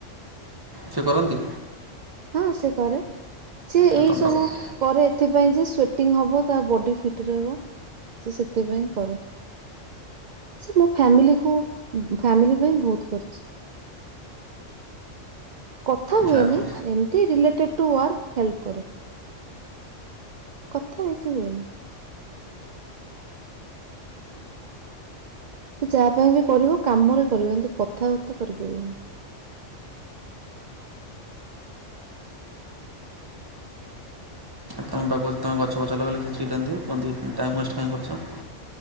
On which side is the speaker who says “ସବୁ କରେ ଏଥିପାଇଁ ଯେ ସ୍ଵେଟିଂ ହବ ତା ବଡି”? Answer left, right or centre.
Right